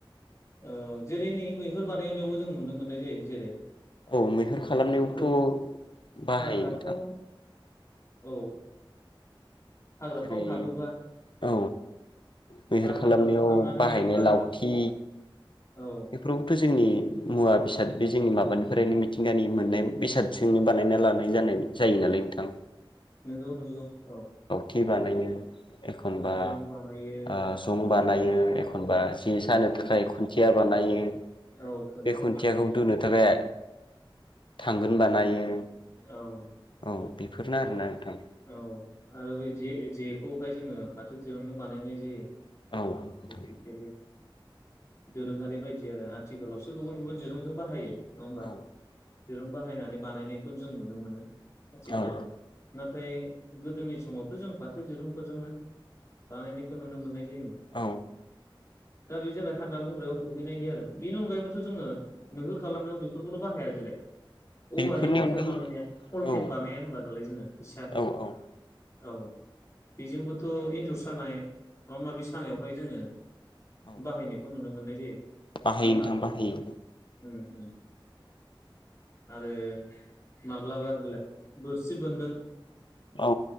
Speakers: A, on the left; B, on the left.
A: ओ जेरै नै मैहुर बानायनायावबो जों नुनो मोननाय जायो। जेरै-
B: औ मैहुर खालामनायावथ'
A: मै
B: बाहायो
A: हाग्राफ्राव
B: नोंथां।
A: औ। हाग्राफ्राव
B: जेरै
A: हाबोबा
B: औ मैहुर
A: बा
B: खालामनायाव
A: हाग्राफ्राव थांनानै
B: बाहायनाय
A: बा
B: लावथि
A: औ
B: बेफोरावबोथ' जोंनि मुवा बिसाद बे जोंनि माबानि ओरैनो मिथिंगा नि मोननाय बेसादजोंनो बानायना लानाय जानायनि जायो नालाय नोंथां
A: नंगौ नंगौ औ
B: खि बानायो एखनबा
A: जं बानायो
B: ओ संबानाय ओ एख एखनबा जे सानो थाखाय खुनथिया बानायो
A: औ खुन्थिया
B: बे खुनथियाखौ
A: बानायो
B: दोनो थाखाय थांगोन बानायो
A: औ
B: औ बे बेफोरनो आरोना नोंथां
A: औ आरो बे जे जेखौहाय जोङो फाथो जेयावनो बानायनाय जायो
B: औ नोंथां
A: <unintelligible> दोरोङारि बायदि आरो आथिखालावसो गुबुन गुबुन दिरुंजों बाहायो नङा ओमबा
B: औ
A: दिरुं बाहायनानै बानायनायखौ जों नुनो मोनो। आथिखालाव
B: औ
A: <unintelligible> नाथाय गोदोनि समावथ' जों फाथो दिरुंफोरजोंनो बानायनायखौ नुनो मोननाय दिम
B: औ
A: दा बे जाबाय हाग्रा बंग्रायाव होहैनायनि आरो बेनि अनगायैबोथ' जोङो मैहुर खालामनायाव बेफोरखौल' बाहाया देलाय औवानि
B: बेफोरनि
A: फिचार
B: अनगायै
A: बानायनाया कलटेप
B: औ
A: बानाया होनबा दालाय जोङो सार
B: औ औ
A: औ बेजोंबोथ' एनजर सानाय माबा माबि सानायावहाय जोङो
B: औ
A: बाहायनायखौ नुनो मोननाय जायो नङा
B: बाहायो
A: होमबा
B: नोंथां बाहायो
A: उम उम आरो माब्लाबा बेलाय बोरसि बोनदों
B: औ